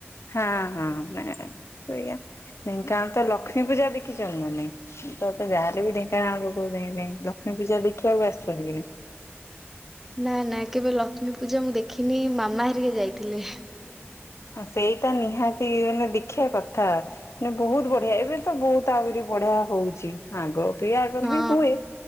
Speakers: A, on the left; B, in the centre.
A: ହଁ ହଁ ସେଇା ନାଇଁ କାରଣ ତ ଲକ୍ଷ୍ମୀ ପୂଜା ଦେଖିଛନ୍ତି ମ ନାଇଁ? ତତେ ଯାହାର ବି ଢେଙ୍କାନାଳ ଲୋକ ଲକ୍ଷ୍ମୀ ପୂଜା ଦେଖିବାକୁ ଆସିଛନ୍ତି କି।
B: ନା ନା କେବେ ଲକ୍ଷ୍ମୀ ପୂଜା ମୁଁ ଦେଖିନି। ମାମା ହରିକେ ଯାଇଥିଲେ।
A: ସେଇଟା ନିହାତି ମାନେ ଦେଖିବା କଥା। ନ ବହୁତ ବଢିଆ ଏବେ ତ ବହୁତ ଆଗରି ବଢିଆ ହଉଛି। ଆଗ ପ ଆଗରୁ
B: ହଁ
A: ବି ହୁଏ